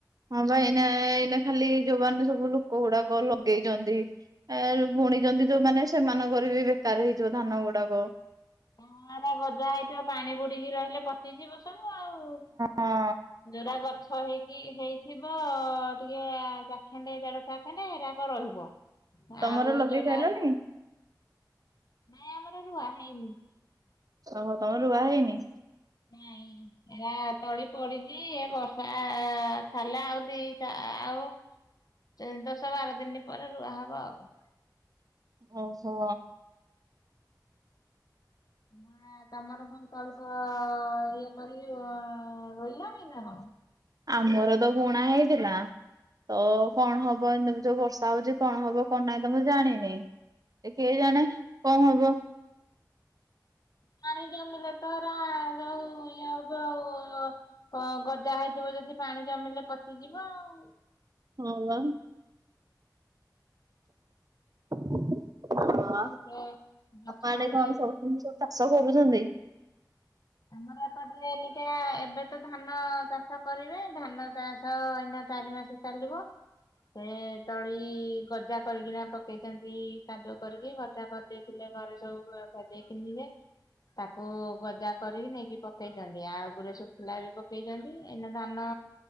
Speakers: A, on the right; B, on the left.
A: ହଁ ବା ଏଇନା ଏଇନା ଖାଲି ଯୋଉ ବାନେ ସବୁ ଲୋକ ଗୁଡାକ ଲଗେଇଚନ୍ତି। ଏ ବୁଣିଚନ୍ତି ଯୋଉମାନେ ସେମାନଙ୍କର ବି ବେକାର ହେଇଯିବ ଧାନ ଗୁଡାକ।
B: ହଁ ରା ଗଜା ହେଇଥିବ ପାଣି ବୁଡିକି ରହିଲେ ପଚିଯିବ। <unintelligible> ଆଉ
A: ହଁ
B: ଯୋଉରା ଗଛ ହେଇକି ହେଇ ଥିବ ଟିକେ ଆ, ଚାଖେଣ୍ଡେ ଦେଢ ଚାଖଣ୍ଡେ ହେରାକ ରହିବ।
A: ତମର
B: ଆଉ
A: ଲଗେଇ
B: ଯୋରା
A: ସାରିଲଣି
B: ନାଇଁ ଆମର ରୁଆ ହେଇନି।
A: ଓହୋ ତୋମର ରୁଆ ହେଇନି।
B: ନାଇଁ। ଏରା ତଳି ପଡିଚି ଏ ବର୍ଷା ଛାଡିଲେ ଆଉ ଦି ଟା ଆଉ ଯୋଉ ଦଶ ବାର ଦିନ ପରେ ରୁଆ ହବ ଆଉ।
A: ଓହୋ!
B: ନା ତୋମର ସବୁ ତଳି ପୁଆ ଇଏ କରି ରୋଇ ଲଣି ନା କଣ?
A: ଆମର ତ ବୁଣା ହେଇଥିଲା। ତ କଣ ହବ ଏମିତି ଯୋଉ ବର୍ଷା ହଉଚି କଣ ହବ କଣ ନାଇ ତ ମୁଁ ଜାଣିନି। ଏ କେ ଜାଣେ କଣ ହବ?
B: ପାଣି ଜମିଲେ ତ ଏରା ଯୋଉ ଇଏ ହବ ଆଉ ହଁ ଗଜା ହେଇଥିବ ଯଦି ପାଣି ଜମିଲେ ପଚିଯିବ ଆଉ।
A: ହଁ ବା। ଅଁ,
B: ଛୋଟ ଗଛ
A: ଆଡେ
B: ହେଇଯାଇଥିବ
A: କଣ ସବୁ ଜିନିଷ ଚାଷ କରୁଛନ୍ତି।
B: ଆମର ଏପଟରେ ଏନିକା ଏବେ ତ ଧାନ ଚାଷ କରିବେ। ଧାନ ଚାଷ ଏଇନା ଚାରି ମାସ ଚାଲିବ। ସେ ତଳି ଗଜା କରିକିନା ପକେଇଚନ୍ତି କାଦୁଅ କରିକି ଗଜା କରିଦେଇ ଥିଲେ ଘରେ ସବୁ ଗୁଡା ଭଜେଇକି ନିଏ ତାକୁ ଗଜା କରିକି ନେଇକି ପକେଇଚନ୍ତି ଆଉ ପୁରା ଶୁଖିଲା ବି ପକେଇଚନ୍ତି। ଏଇନା ଧାନ